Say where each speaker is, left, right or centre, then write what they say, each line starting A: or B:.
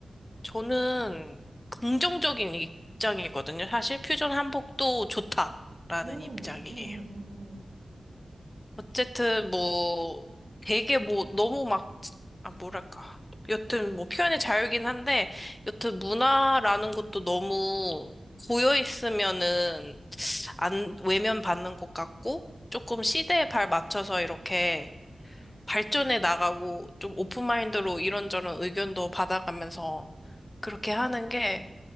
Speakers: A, on the left; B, on the right.
A: 저는 긍정적인 입장이거든요. 사실 퓨전 한복도 좋다라는
B: 음,
A: 입장이에요.
B: 음, 음, 음, 음.
A: 어쨌든 뭐 되게 뭐 너무 막, 아, 뭐랄까. 여튼 뭐 표현의 자유긴 한데, 여튼 문화라는 것도 너무 고여 있으면은 안, 외면 받는 것 같고, 조금 시대에 발 맞춰서 이렇게 발전해 나가고, 좀 오픈마인드로 이런저런 의견도 받아가면서 그렇게 하는 게